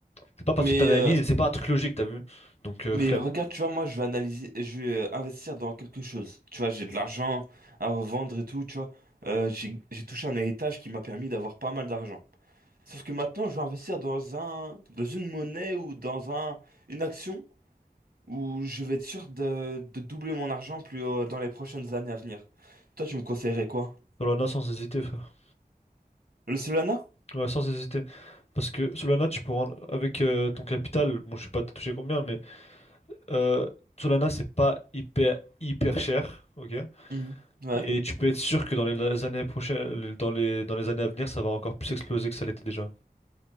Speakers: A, on the left; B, on the right.
A: c'est pas parce
B: Mais,
A: que t'analyses,
B: euh,
A: c'est pas un truc logique, t'as vu? Donc euh,
B: mais
A: flemme.
B: regarde, tu vois, moi, je vais analyser, je vais euh, investir dans quelque chose. Tu vois, j'ai de l'argent à revendre et tout, tu vois. Euh, j'ai j'ai touché un héritage qui m'a permis d'avoir pas mal d'argent. Sauf que maintenant, je vais investir dans un, dans une monnaie ou dans un, une action où je vais être sûr de, de doubler mon argent plus euh, dans les prochaines années à venir. Toi, tu me conseillerais quoi?
A: Solana sans hésiter, frère.
B: Le Solana?
A: Ouais, sans hésiter. Parce que Solana, tu pourras, avec euh, ton capital, bon, je sais pas t'as touché combien, mais euh, Solana, c'est pas hyper hyper cher, ok?
B: Mhm. Ouais.
A: Et tu peux être sûr que dans les années prochaines, dans les, dans les années à venir, ça va encore plus exploser que ça l'était déjà.